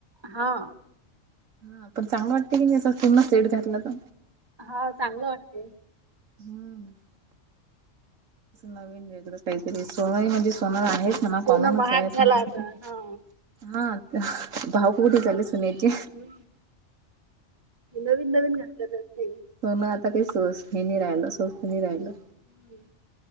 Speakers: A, on the right; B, on the right.
A: हा.
B: हा पण चांगलं वाटते की नाही असं, पुर्ण सेट घ्यातला तर.
A: हा, चांगलं वाटतेय.
B: हम्म. नवीन वेगळं काहीतरी. सोनंही म्हणजे सोनंही आहे. जरा
A: सोनं
B: कॉमनचाय,
A: महाग झाला
B: पण
A: आता हा
B: <unintelligible> हा, आता भाव कुठे चालंले सुन्याचे.
A: हम्म. नवीन- नवीन घातलं जातय.
B: सोनं आता काही सो हे नाही राहिलं. सोस्त नाही राहिलं.
A: हम्.